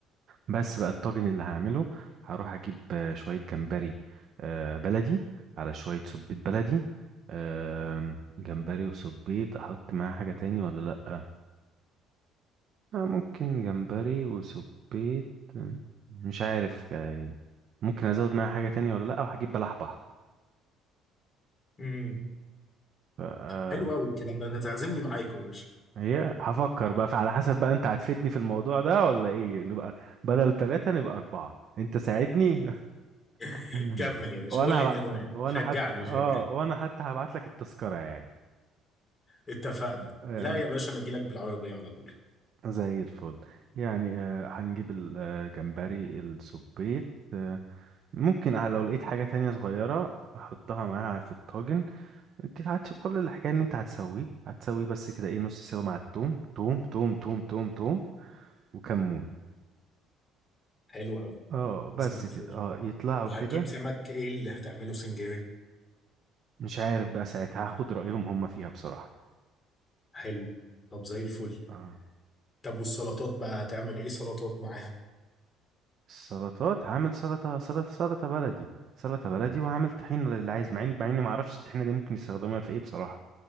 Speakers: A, on the right (about 50°); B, on the left (about 20°).
A: بس بقى الطاجن اللي هعمله هروح أجيب آه، شوية جمبري آه، بلدي على شوية صبيط بلدي آم، جمبري وصبيط أحط معاه حاجة تاني ولا لأ آه، ممكن جمبري وصبيط آه، مش عارف يعني ممكن أزود معاه حاجة تانية ولا لأ وهجيب بلح
B: امم
A: بحر
B: حلو قوي الكلام ده انت تعزمني معاكم يا باشا
A: هي هفكر بقى على حسب بقى انت هتفيدني في الموضوع ده ولا ايه نبقى بدل ثلاثة نبقى أربعة انت ساعدني
B: <laughs>
A: <laughs>
B: كمل يا باشا
A: وانا
B: قول لي
A: هبقى
B: الانواع
A: وانا
B: شجعني
A: حتى اه
B: شجعني
A: وانا حتى هبعت لك التذكرة يعني
B: اتفقنا
A: آه
B: لا يا باشا انا اجي لك بالعربيه على طول
A: زي الفل يعني آه هنجيب الجمبري السبيت آه ممكن آه، لو لقيت حاجة تانية صغيرة احطها معاها في الطاجن انت هتشوف كل الحكاية ان انت هتسويه هتسويه بس كده ايه نص سوا مع التوم توم توم توم توم توم وكمون
B: حلو قوي
A: اه
B: زي
A: بس
B: الفل
A: كده اه يطلعوا
B: وهتجيب
A: كده
B: سمك ايه اللي هتعمله سنجاري
A: مش عارف بقى ساعتها هاخد رأيهم هم فيها بصراحة
B: حلو طب زي الفل
A: اه
B: طب والسلطات بقى هتعمل ايه سلطات معاها
A: السلطات هعمل سلطة سلطة سلطة بلدي سلطة بلدي وهعمل طحينة للي عايز مع إن- مع اني ما اعرفش الطحينة دي ممكن يستخدموها في ايه بصراحة